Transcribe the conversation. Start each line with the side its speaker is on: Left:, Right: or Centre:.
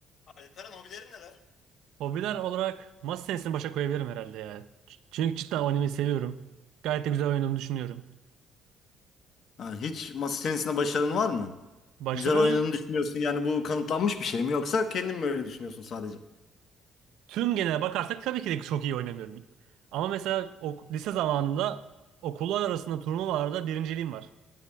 Left: Alperen hobilerin neler?
Right: Hobiler olarak masa tenisini başa koyabilirim herhalde ya. Ç- Çünkü cidden oynamayı seviyorum. Gayet de güzel oynadığımı düşünüyorum.
Left: Ha, hiç masa tenisinde başarın var mı?
Right: Başarı
Left: Güzel oynadığını düşünüyorsun yani bu kanıtlanmış bir şey mi yoksa kendin mi öyle düşünüyorsun sadece?
Right: tüm genel bakarsak tabii ki de çok iyi oynamıyorum. Ama mesela ok- lise zamanında okullar arasında turnuvalarda birinciliğim var.